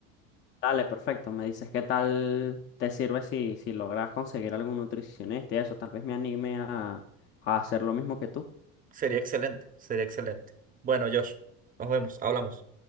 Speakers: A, on the left; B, on the right.
A: Dale, perfecto. Me dices qué tal te sirve si, si logras conseguir algún nutricionista y eso. Tal vez me anime a, a hacer lo mismo que tú.
B: Sería excelente, sería excelente. Bueno, Josh, nos vemos, hablamos.